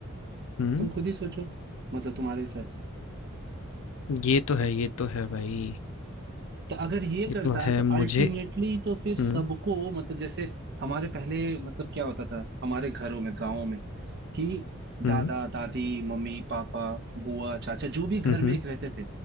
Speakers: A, on the left; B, on the right.
A: हुँ,
B: तुम खुद ही सोचो मतलब तुम्हारे हिसाब से
A: ये तो है ये तो है भाई
B: तो अगर ये
A: ये
B: करता
A: तो है
B: तो
A: मुझे
B: अल्टीमेटली तो फिर सबको
A: हुँ,
B: मतलब जैसे हमारे पहले मतलब क्या होता था हमारे घरों में गाँव में कि
A: हुँ,
B: दादा दादी मम्मी पापा बुआ चाचा जो भी घर
A: हुँ,
B: में
A: हुँ,
B: एक रहते थे